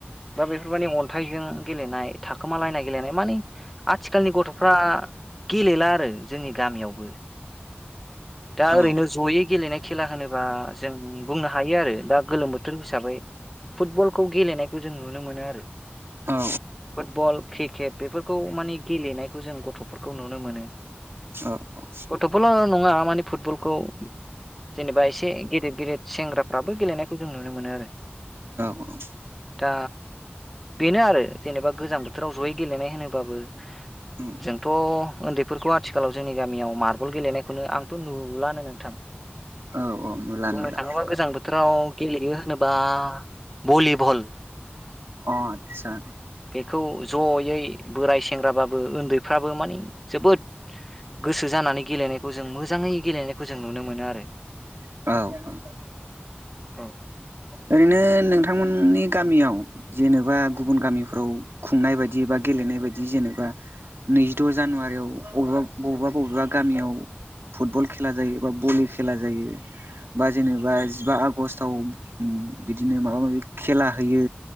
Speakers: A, in the centre; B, on the right.
A: दा बेफोर मानि अन्थाइजों गेलेनाय थाखोमालायनाय गेलेनाय माने आथिखालनि गथ'फ्रा गेलेला आरो जोंनि गामियावबो। दा
B: औ
A: ओरैनो जयै गेलेनाय खेला होनोबा जों बुंनो हायो आरो दा गोलोम बोथोर हिसाबै फुटबलखौ गेलेनायखौ जों नुनो मोनो आरो
B: औ
A: फुटबल क्रिकेट बेफोरखौ माने गेलेनायखौ जों गथ'फोरखौ नुनो मोनो।
B: औ औ
A: गथ'फल नङा माने फुटबलखौ जेनेबा एसे गेदेद गेदेद सेंग्राफ्राबो गेलेनायखौ जों नुनो मोनो आरो
B: <unintelligible>
A: दा बेनो आरो जेनेबा गोजां बोथोराव जयै गेलेनाय होनोबाबो
B: औ
A: जोंथ' उन्दैफोरखौ आथिखालाव जोंनि गामियाव मार्बल गेलेनायखौनो आं थ' नुलानो नोंथां
B: औ औ नुला
A: बुंनो
B: नुला
A: थाङोबा गोजां बोथो राव गेलेयो होनोबा भलिबल
B: अ आतसा
A: बेखौ जयै बोराय सेंग्राबाबो उन्दैफ्राबो माने जोबोद गोसो जानानै गेलेनायखौ जों मोजाङै गेलेनायखौ जों नुनो मोनो आरो
B: औ
A: औ
B: ओरैनो नोंथांमोननि गामियाव जेनेबा गुबुन गामिफ्राव खुंनाय बायदि बा गेलेनाय बायदि जेनेबा नैजिद' जानुवारियाव अबेबा बबेबा बबेबा गामियाव फुटबल खेला जायो बा भलि खेला जायो बा जेनेबा जिबा आगस्टआव इम बिदिनो माबा माबि खेला होयो